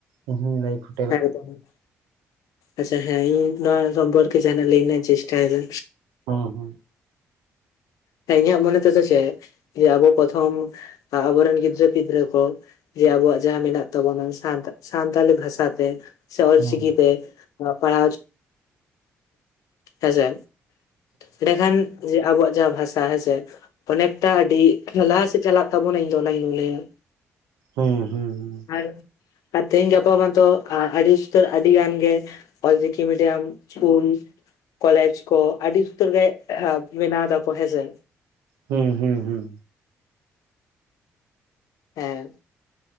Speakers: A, on the right; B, on the left.
A: ᱤᱧ ᱦᱩᱧ ᱞᱟᱹᱭ ᱠᱷᱩ
B: ᱮᱠᱫᱚᱢ᱾ <inaudible> ᱟᱪᱪᱷᱟ ᱦᱮᱸ ᱤᱧ ᱱᱚᱣᱟ ᱥᱚᱢᱯᱚᱨᱠᱮ ᱡᱟᱦᱱᱟᱜ ᱞᱟᱹᱭ ᱨᱮᱱᱟᱜ ᱤᱧ ᱪᱮᱥᱴᱟᱭᱮᱫᱟ᱾
A: ᱦᱩᱸ ᱦᱩᱸ᱾
B: ᱦᱮᱸ ᱤᱧᱟᱹᱜ ᱢᱚᱱᱮ ᱛᱮᱫᱚ ᱪᱮᱫ, ᱡᱮ ᱟᱵᱚ ᱯᱨᱚᱛᱷᱚᱢ ᱟᱵᱚᱨᱮᱱ ᱜᱤᱫᱽᱨᱟᱹ ᱯᱤᱫᱽᱨᱟᱹ ᱠᱚ ᱡᱮ ᱟᱵᱚᱣᱟᱜ ᱡᱟᱦᱟᱸ ᱢᱮᱱᱟᱜ ᱛᱟᱵᱚᱱᱟ ᱥᱟᱱᱛ-ᱥᱟᱱᱛᱟᱞᱤ ᱵᱷᱟᱥᱟ ᱛᱮ ᱥᱮ
A: ᱦᱮᱸ
B: ᱚᱞ ᱪᱤᱠᱤ ᱛᱮ ᱚᱞᱚᱜᱼᱯᱟᱲᱦᱟᱣ ᱪᱚ ᱦᱮᱸᱥᱮ᱾ ᱮᱸᱰᱮᱠᱷᱟᱱ ᱡᱮ ᱟᱵᱚᱣᱟᱜ ᱡᱟᱦᱟᱸ ᱵᱷᱟᱥᱟ ᱦᱮᱸᱥᱮ ᱚᱱᱮᱠᱴᱟ ᱟᱹᱰᱤ ᱞᱟᱦᱟ ᱥᱮᱫ ᱪᱟᱞᱟᱜ ᱛᱟᱵᱚᱱᱟ ᱤᱧ ᱫᱚ ᱚᱱᱟᱜᱤᱧ ᱞᱮᱭᱟ᱾
A: ᱦᱩᱸ ᱦᱩᱸ ᱦᱩᱸ᱾
B: ᱟᱨᱼᱟᱨ ᱛᱮᱦᱮᱧ ᱜᱟᱯᱟ ᱢᱟᱛᱚ ᱟᱼᱟᱹᱰᱤ ᱩᱥᱛᱟᱹᱨ ᱟᱹᱰᱤ ᱜᱟᱱ ᱜᱮᱼᱼ Ol Chiki medium school college ᱠᱚ ᱟᱹᱰᱤ ᱩᱥᱛᱟᱹᱨ ᱜᱮ ᱮᱜᱼᱟ ᱵᱮᱱᱟᱣ ᱫᱟᱠᱚ ᱦᱮᱸᱥᱮ
A: ᱦᱩᱸ ᱦᱩᱸ ᱦᱩᱸ
B: ᱦᱮᱸ